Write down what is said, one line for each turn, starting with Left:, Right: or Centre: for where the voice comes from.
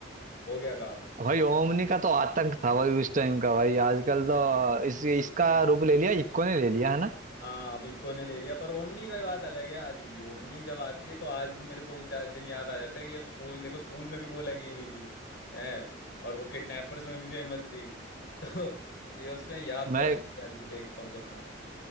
Left: हो गया काम
Right: भाई ओमनी का तो आतंक था भाई उस टाइम का भाई आजकल तो इस इसका रूप ले लिया इक्को ने ले लिया है ना
Left: हाँ अब इको ने ले लिया पर ओमनी का ही बात अलग है आज भी ओमनी जब आती है तो आज भी मेरे को वो द- दिन याद आ जाता है कि अब स्कूल देखो स्कूल में भी वो लगी हुई थी है और वो किडनैपर्स में भी फेमस थी <laughs> तो ये उसमें याद
Right: मैं
Left: तो आ जाती है आज भी देखता हूँ जब मैं